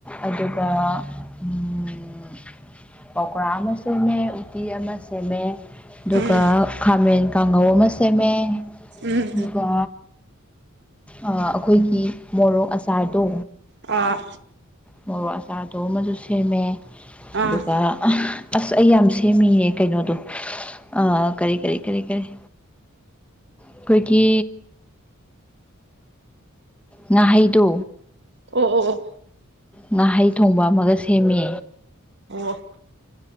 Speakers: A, in the centre; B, on the right.
A: ꯑꯗꯨꯒ ꯎꯝ ꯄꯧꯀ꯭ꯔꯥ ꯑꯃ ꯁꯦꯝꯃꯦ ꯎꯠꯇꯤ ꯑꯃ ꯁꯦꯝꯃꯦ ꯑꯗꯨꯒ
B: ꯎꯝ
A: ꯈꯥꯃꯦꯟ ꯀꯥꯡꯍꯧ ꯑꯃ ꯁꯦꯝꯃꯦ
B: ꯎꯝ
A: ꯑꯗꯨꯒ ꯑꯥ ꯑꯈꯣꯏꯒꯤ ꯃꯣꯔꯣꯛ ꯑꯆꯥꯔꯗꯣ
B: ꯑꯥ
A: ꯃꯣꯔꯣꯛ ꯑꯆꯥꯔꯗꯣ ꯑꯃꯖꯨ ꯁꯦꯝꯃꯦ
B: ꯑꯥ
A: ꯑꯗꯨꯒ ꯑꯍ ꯑꯁ ꯑꯩ ꯌꯥꯝ ꯁꯦꯝꯃꯤꯌꯦ ꯀꯩꯅꯣꯗꯣ ꯑꯥ ꯀꯔꯤ ꯀꯔꯤ ꯀꯔꯤ ꯀꯔꯤ ꯑꯈꯣꯏꯒꯤ ꯉꯥꯍꯩꯗꯣ
B: ꯑꯣ ꯑꯣ ꯑꯣ
A: ꯉꯥꯍꯩ ꯊꯣꯡꯕ ꯑꯃꯒ ꯁꯦꯝꯃꯦ
B: ꯑꯣ